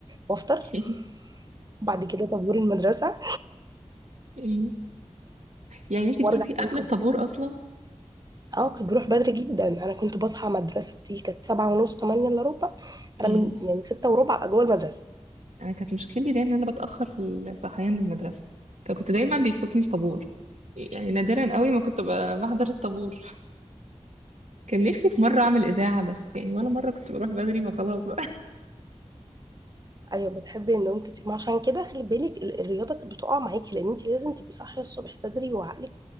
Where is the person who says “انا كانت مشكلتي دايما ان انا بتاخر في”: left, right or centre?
Right